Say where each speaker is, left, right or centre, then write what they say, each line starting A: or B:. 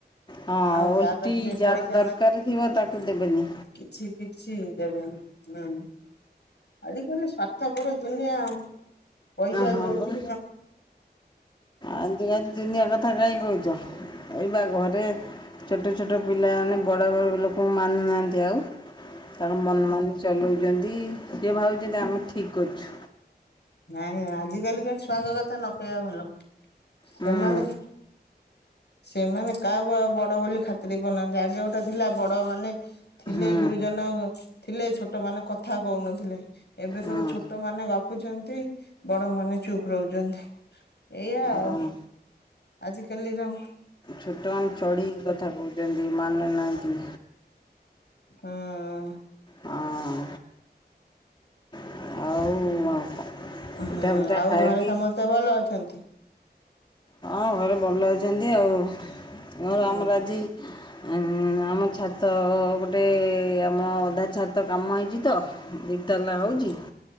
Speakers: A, on the left (about 25°); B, on the left (about 85°).
A: ହଁ
B: ଆଉ
A: ଓଲଟି
B: ଯାହାକତିରେ
A: ଯାହାର
B: ପଇସା
A: ଦରକାର
B: ନ
A: ଥିବ ତାକୁ ଦେବେନି
B: କିଛି କିଛି ଦେବେନି ହୁଁ। <unintelligible> ସାର୍ଥପର ଦୁନିଆ ଆଉ ପଇସା
A: ହଁ
B: ଯଉଠି
A: ବା ଆଜିକାଲି ଦୁନିଆ କଥା କାହିଁ କହୁଛ ଏଇ ବା ଘରେ ଛୋଟ ଛୋଟ ପ ପିଲାମାନେ ବଡ଼ ବଡ଼ ଲୋକଙ୍କୁ ମାନୁନାହାନ୍ତି ଆଉ ତା ମନମ ଚଲୁଛି। <unintelligible> ସିଏ ଭାବୁଛନ୍ତି ଆମେ ଠିକ କରୁଛୁ।
B: ନାଇଁ ଆଜ କାଲିକା ଛୁଆଙ୍କ କଥା ନ କହିବା ଭଲ।
A: ହୁଁ
B: ଏମାନେ ସେମାନେ କାହାକୁ ଆଉ ବଡ ବୋଲି ଖାତିର କରୁନାହାଁନ୍ତି ଆଗେ ଗୋଟେ ଥିଲା ବଡ ମାନେ ଥିଲେ
A: ହୁଁ
B: ଗୁରୁଜନ ଥିଲେ ଛୋଟ ଛୋଟ ମାନେ କଥା କହୁନଥିଲେ। ଏବେ
A: ହଁ
B: ସବୁ ଛୋଟମାନେ ଗପୁଚନ୍ତି ବଡ ମାନେ ଚୁପ୍ ରହୁଛନ୍ତି। ଏଇଆ ଆଉ
A: ହଁ।
B: ଆଜି କାଲି ର
A: ଛୋଟମାନେ ଚଢ଼ିକି କଥା କହୁଛନ୍ତି ମାନୁ ନାହାଁନ୍ତି।
B: ହଁ।
A: ହଁ ଆଉ ପିଠା
B: ହୁଁ
A: ପିଠା
B: ଆଉ
A: ଖାଇକି
B: ଘରେ ସମସ୍ତେ ଭଲ ଅଛନ୍ତି?
A: ହଁ ଘରେ ଭଲ ଅଛନ୍ତି ଆଉ। ମୋର
B: ହୁଁ
A: ଆମର ଆଜି ଉ ଆମ ଛାତ ଗୋଟେ ଆମ ଅଧା ଛାତ କାମ ହେଇଛି ଚି ତ ଦି ତାଲା
B: ହୁଁ
A: ହଉଛି